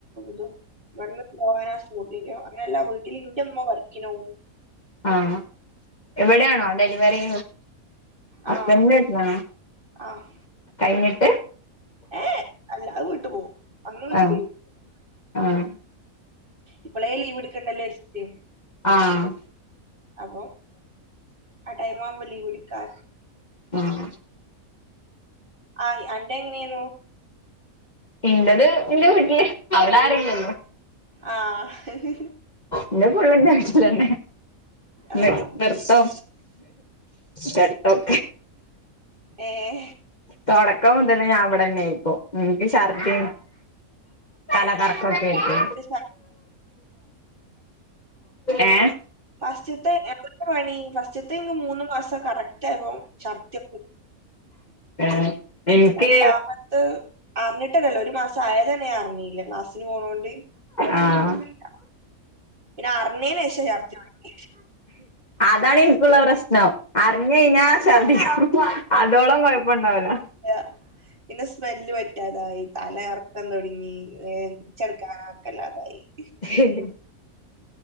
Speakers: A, on the right (about 35°); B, on the left (about 30°).
A: തും ഇവിടന്ന് പോകാനാ <unintelligible> അങ്ങനെല്ലാ വീട്ടില് ഇന്റെമ്മ വർക്കിനോവും.
B: ആഹ് ഇവിടെയാണോ ഡെലിവറി? ഹസ്ബൻഡിന്റെ
A: ആഹ്
B: വീട്ടിലാണോ
A: ആഹ്
B: കഴിഞ്ഞിട്ട്
A: ഏഹ് അല്ല അയ് വീട്ടുപോവും അന്ന്
B: ആഹ്
A: <unintelligible>
B: ആഹ്
A: ഇപ്പോളേ ലീവ്ടുക്കണ്ടല്ലോ വിചാരിച്ചിട്ട്
B: ആഹ്
A: അപ്പം ആഹ് ടൈമാവുമ്പം ലീവ്ട്ക്കാ
B: ആഹ്
A: ആഹ് അൻ്റെ എങ്ങനെയായിനും
B: ഇന്റത് ഇന്റെ വിട്ടില് അവിടാരുല്ലല്ലോ
A: ആഹ്
B: ഇന്റെ പുള്ളന്താചിലെന്നെ
A: ആഹ്
B: നിർ നിർത്തം പട്ത്തം
A: ഏഹ്
B: തുടക്കം മൊതലേ ഞാൻ അവിടെന്നെ ഇപ്പം ഇനിക്ക് ശർദിയും തലകറകൊകായിട്ട്
A: ആദ്യത്തെ
B: ഏഹ്
A: പസ്റ്റ്ത്തെ എപണി പസ്റ്റത്തെ മൂന്ന് മാസം കറക്റ്റായപ്പോ ചർദ്ധി
B: ഏഹ് എനിക്ക്
A: രണ്ടാമത്ത അറിഞ്ഞിട്ടല്ലല്ലോ ഒരു മാസായതന്നെ ഞാനറിഞ്ഞീല്ല്യ ക്ലാസ്സിന് പോണോണ്ട് അറിഞ്ഞില
B: ആഹ്
A: പിന്നെ അറിഞ്ഞേന് ശേഷം ഛർദി തുടങ്ങി
B: അതാണ് ഇനിക്കുള്ള പ്രശ്നം അറിഞ്ഞെഴിഞ്ഞാ ഛർദിക്കും അതോളം കൊഴപ്പണ്ടാവൂല
A: ല പിന്നെ സ്മെല്ല് പറ്റാതായി തല കറക്കം തൊടങ്ങി ഏഹ് <unintelligible>
B: ഏഹ്